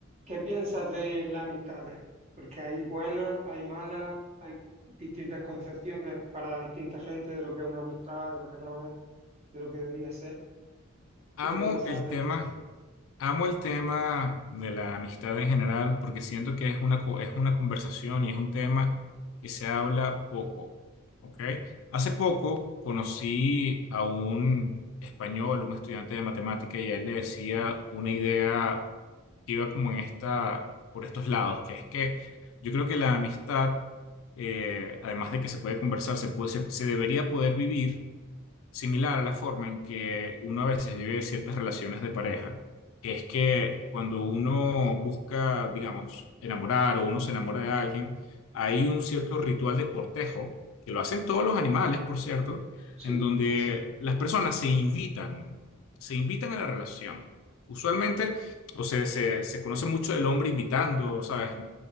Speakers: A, on the right (about 30°); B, on the left (about 65°).
A: ¿Qué piensas de las amistades? Porque hay buenas, hay malas, hay distintas concepciones para distinta gente de lo que es una amistad, de lo que no es, de lo que debería ser.
B: Amo
A: ¿Tú qué piensas
B: el
A: al respecto?
B: tema, amo el tema de la amistad en general porque siento que es una, co- es una conversación y es un tema que se habla poco, ¿ok? Hace poco conocí a un español, un estudiante de matemática y a él le decía una idea que iba como en esta, por estos lados, que es que yo creo que la amistad, eh, además de que se puede conversar, se puede- se se debería poder vivir similar a la forma en que uno a veces vive ciertas relaciones de pareja, que es que cuando uno busca, digamos, enamorar o uno se enamora de alguien, hay un cierto ritual de cortejo, que lo hacen todos los animales, por cierto,
A: Sí,
B: en donde
A: así.
B: las personas se invitan, se invitan a la relación. Usualmente, o sea, se, se conoce mucho el hombre invitando, ¿sabes?